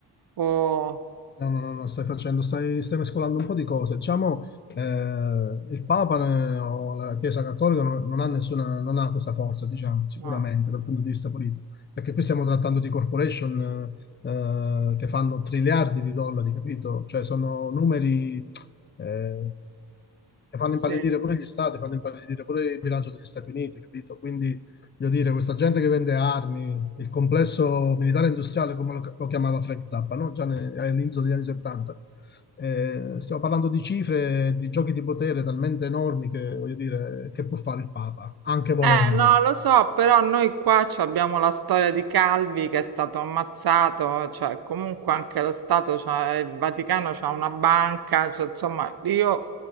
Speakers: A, on the right; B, on the left.
A: o
B: No, no, no, no, stai facendo, stai, stai mescolando un po' di cose. Diciamo, eh, il Papa eh, o la Chiesa Cattolica non, non ha nessuna, non ha questa forza, diciamo, sicuramente
A: no,
B: dal punto di vista politico. Perché qui stiamo trattando di corporation eh, che fanno triliardi di dollari, capito? Cioè sono numeri eh, che fanno
A: sì.
B: impallidire pure gli stati, fanno impallidire pure il bilancio degli Stati Uniti, capito? Quindi, voglio dire, questa gente che vende armi, il complesso militare industriale, come lo, lo chiamava Frank Zappa, no? Già ne- all'inizio degli anni 70. Eh, stiamo parlando di cifre, di giochi di potere talmente enormi che, voglio dire, che può fare il Papa, anche volendo.
A: Eh, no, lo so, però noi qua ci abbiamo la storia di Calvi che è stato ammazzato, cioè comunque anche lo Stato, c'ha- il Vaticano c'ha una banca, cioè, insomma, io